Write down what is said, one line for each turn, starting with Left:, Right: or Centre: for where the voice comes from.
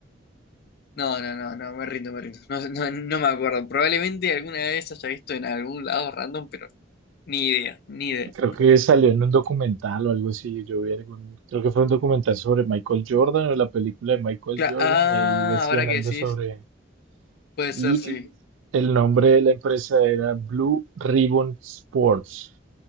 Left: No, no, no, no, me rindo, me rindo. No, no, no me acuerdo. Probablemente alguna vez haya visto en algún lado random, pero ni idea, ni idea.
Right: Creo que salió en un documental o algo así. Yo vi algún, creo que fue un documental sobre Michael Jordan o la película de Michael
Left: Cla-
Right: Jordan
Left: ah,
Right: y ahí decían
Left: ahora que
Right: algo
Left: decís,
Right: sobre...
Left: puede
Right: Y
Left: ser, sí.
Right: el nombre de la empresa era Blue Ribbon Sports.